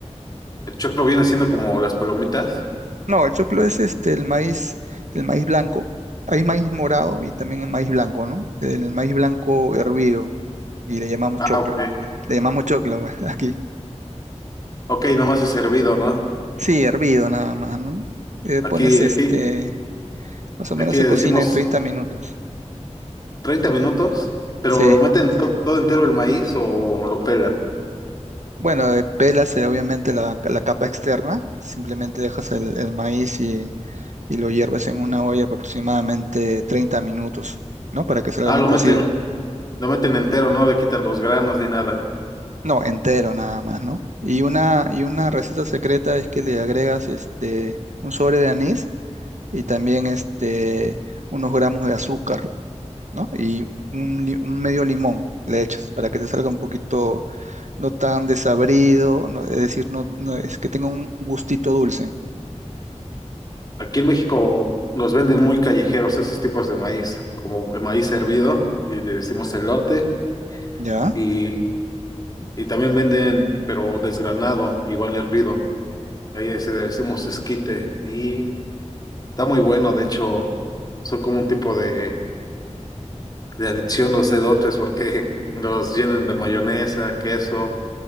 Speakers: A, on the left; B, on the right.
A: El choclo viene siendo como las palomitas.
B: No, el choclo es este, el maíz, el maíz blanco. Hay maíz morado y también el maíz blanco, ¿no? El maíz blanco hervido y le llamamos
A: Ah,
B: choclo.
A: ok.
B: Le llamamos choclo <laughs> aquí.
A: Ok, nomás es servido, ¿no?
B: Sí, hervido nada más, ¿no? Eh,
A: Aquí,
B: pones este
A: aquí,
B: Más o menos
A: aquí
B: se
A: le
B: cocina
A: decimos
B: en 30 minutos.
A: 30 minutos, pero
B: Sí.
A: lo meten to- todo entero el maíz o lo pelan.
B: Bueno, eh, pelas eh, obviamente la, la capa externa. Simplemente dejas el, el maíz y, y lo hierves en una olla aproximadamente 30 minutos, ¿no? Para que salga
A: Ah,
B: bien
A: lo
B: cocido.
A: meten, lo meten entero, no le quitan los granos ni nada.
B: No, entero nada más, ¿no? Y una, y una receta secreta es que le agregas este, un sobre de anís y también este, unos gramos de azúcar. ¿no? Y un, li- un medio limón le echas para que te salga un poquito no tan desabrido, no- es decir, no, no- es que tenga un gustito dulce,
A: Aquí en México los venden muy callejeros esos tipos de maíz, como el maíz hervido, y le decimos elote,
B: ¿ya?
A: y, y también venden, pero desgranado, igual hervido. Y ahí se le decimos esquite, y está muy bueno, de hecho, son como un tipo de, de adicción los elotes, porque los llenan de mayonesa, queso